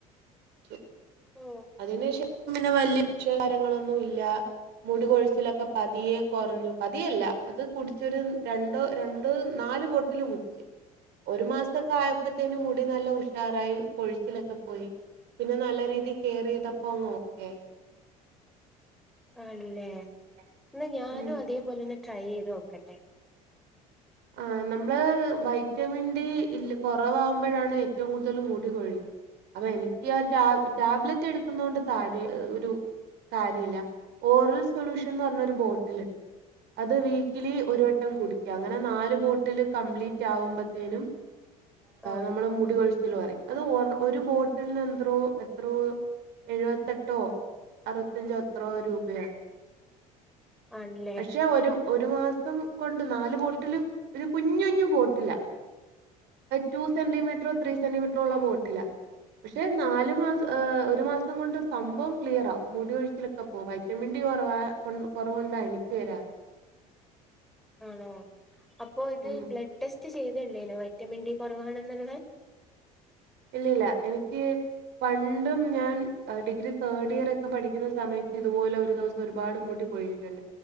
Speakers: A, on the right; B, in the centre.
A: ശ <inaudible>
B: ഓ
A: അതിനേഷം പിന്നെ വല്യ വിഷയം കാര്യങ്ങളൊന്നുംല്ല മുടി കൊഴിച്ചിലൊക്കെ പതിയെ കൊറഞ്ഞു പതിയെല്ല അത് കുടിചൊരു രണ്ടോ രണ്ട് നാല് ബോട്ട് <unintelligible> ഒരു മാസൊക്കെ ആയപ്പോത്തേും മുടി നല്ല ഉഷാറായി കൊഴിച്ചിലൊക്കെ പോയി പിന്നെ നല്ല രീതിൽ കെയർ യ്തപ്പോ അങ്ങ് ഓക്കെ ആയി.
B: ആണല്ലേ എന്നാ ഞാനും
A: ഉം
B: അതേപോലെ തന്നെ ട്രൈയ്ത് നോക്കട്ടെ
A: ആഹ് നമ്മള് വൈറ്റമിൻ ഡി ഇല്ല കുറവാകുമ്പോഴാണ് ഏറ്റവും കൂടുതൽ മൂടികൊഴിയ അപ്പൊ എനിക്ക് ആഹ് ടാബ് ടാബ്ലറ്റ് എടുക്കുന്ന കൊണ്ട് താഴെ ഒരു കാര്യല്ല ഓറൽ സൊല്യൂഷൻ എന്ന് പറഞ്ഞ ഒരു ബോട്ടിൽ ഉണ്ട് അത് വീക്കിലി ഒരു വട്ടം കുടിക്കാം അങ്ങനെ നാല് ബോട്ടിൽ കംപ്ലീറ്റ് ആകുമ്പോത്തേനും
B: ആഹ്
A: നമ്മള് മുടികൊഴിച്ചിൽ കുറയും അത് ഒ ഒരു ബോട്ടിൽന് എന്ത്രോ എത്രയോ എഴുപത്തെട്ടോ അറുപത്തഞ്ചോ അത്രയോ രൂപയാണ്
B: ആണല്ലേ
A: പക്ഷെ ഒരു ഒരു മാസം കൊണ്ട് നാല് ബോട്ടില് ഒരു കുഞ്ഞു കുഞ്ഞു ബോട്ടിലാ ടു സെന്റിമീറ്ററോ ത്രീ സെന്റിമീറ്ററോ ഉള്ള ബോട്ടിലാ പക്ഷെ നാല് മാസ ഒരു മാസം കൊണ്ട് സംഭവം ക്ലിയർ ആവും മുടി കൊഴിച്ചിലൊക്കെ പോവാ വിറ്റമിൻ ഡി കുറവാ കൊണ്ട കുറവു കൊണ്ടാ എനിക്ക് വരാറ്
B: ആണോ അപ്പോ ഇത്
A: ഉം.
B: ബ്ലഡ് ടെസ്റ്റ് ചെയ്തിരുന്നേനോവൈറ്റമിൻ ഡി കുറവാണെന്നുള്ള
A: ഇല്ല ഇല്ല എനിക്ക് പണ്ടും ഞാൻ ഡിഗ്രി തേർഡ് ഇയർ ഒക്കെ പഠിക്കുന്ന സമയത്ത് ഇതുപോലെ ഒരു ദിവസം ഒരുപാട് മുടി പെഴിയുന്നുണ്ട്